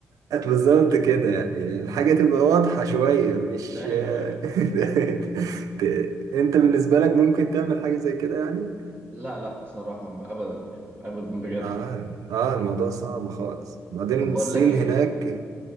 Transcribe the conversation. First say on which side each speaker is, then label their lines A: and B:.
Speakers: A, on the right; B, on the right.
A: بالظبط كده يعني الحاجة تبقى واضحة شوية مش
B: ايوه ايوه
A: <laughs> ت- أنت بالنسبة لك ممكن تعمل حاجة زي كده يعني؟
B: لا لا بصراحة ما ابدا يعني ابدا بجد
A: آه آه الموضوع صعب خالص بعدين
B: طب بقول
A: الصين
B: لك ايه
A: هناك